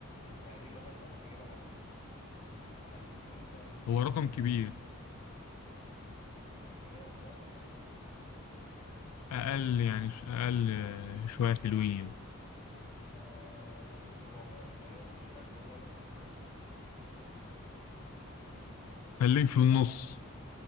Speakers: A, on the left; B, on the left.
A: يعني دي غالبا هتبقى اجابه هبد يعني ممكن نقول مثلا
B: هو رقم كبير
A: 800 وشويه مثلا
B: أقل يعني ش- أقل آه، شوية حلوين
A: آه 400 وشويه انا مش فاكر والله الرقم بالظبط
B: خليك في
A: مش
B: النص
A: عارف